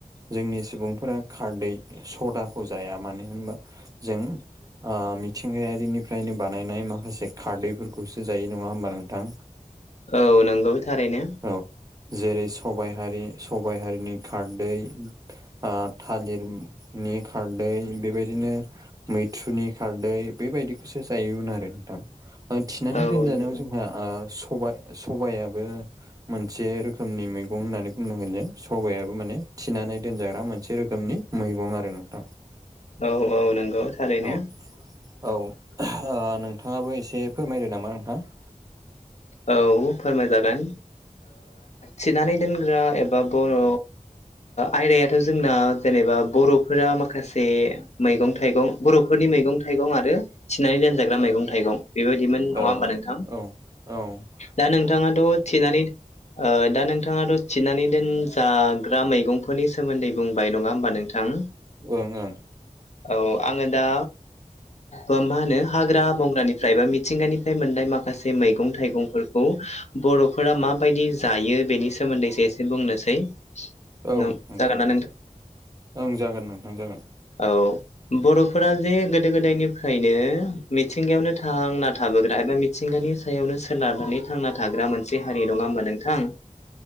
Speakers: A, on the right; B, on the left.
A: जोंनि सुबुंफोरा खारदै सदाखौ जाया मानो होनबा जों ओ मिथिंगायारिनिफ्रायनो बानायनाय माखासे खारदैफोरखौसो जायो नंङा होमबा नोंथां
B: औ नंगौ थारैनो
A: औ जेरै सबाय हारि सबायाइ हारिनि खारदै ओ थालिरनि खारदै बेबायदिनो मैथ्रुनि खारदै बेबायदिखौसो जायोमोन आरो नोंथां थिनानै
B: औ
A: दोनजानायाव
B: नंगौ
A: जोंहा ओ स सबायाइाबो मोनसे रोखोमनि मैगं मैग होननानै बुंनांगोन जे सबाइाबो माने थिनानै दोनजाग्रा मोनसे रोखोमनि मैगं आरो नोंथां
B: <inaudible> औ नंगौ थारैनो
A: औ औ नोंथांङाबो एसे फोरमायदो नामा नोंथांङा
B: औ फोरमायजागोन थिनानै दोनग्रा एबा बर' आयदायाथ' जोंना जेनेबा बर'फोरा माखासे मैगं थाइगं बर'फोरनि मैगं थाइगं आरो थिनानै दानजाग्रा मैगं थाइगं बेबायदिमोन नङा
A: औ
B: होमबा नोंथां
A: औ औ औ
B: दा नोंथांङाथ' थिनानै ओ दा नोंथांङाथ' थिनानै दोनजाग्रा मैगंफोरनि सोमोन्दै बुंबाय नङा होमबा नोंथां थां
A: ओं ओं
B: औ आङो दा मा होनो हाग्रा बंग्रानिफ्राय बा मिथिंगानिफ्राय मोननाय माखासे मैगं थाइंफोरखौ बर'फोरा माबायदि जायो बेनि सोमोन्दैसो एसे बुंनोसै <inaudible> जागोन
A: औ नोंथां
B: ना
A: ओं जागोन नोंथां जागोन
B: औ बर'फोरा जे गोदो गोदायनिफ्रायनो मिथिंगायावनो थांना थाबोग्रा एबा थिंगानि सायावनो सोनारनानै थांना थाग्रा मोनसे हारि नङा होमबा नोंथां